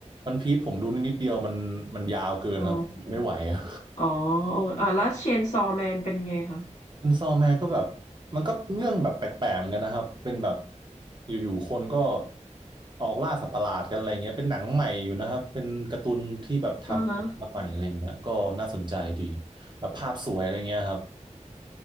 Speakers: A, on the right (about 35°); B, on the left (about 75°).
A: วันพีซผมดูนิดเดียวมันมันยาวเกินครับผมไม่ไหวอะ
B: อ๋ออ๋ออ่าแล้วเชนซอแมนเป็นไงคะ
A: เป็นซอแมนก็แบบมันก็เรื่องแบบแปลกๆเหมือนกันนะครับเป็นแบบอยู่ๆคนก็ออกล่าสัตว์ประหลาดกันอะไรเงี้ยเป็นหนังใหม่อยู่นะครับเป็นการ์ตูนที่แบบทำขึ้นมาใหม่อะไรเงี้ยก็น่าสนใจดี
B: อ่าฮะ
A: แบบภาพสวยอะไรเงี้ยครับ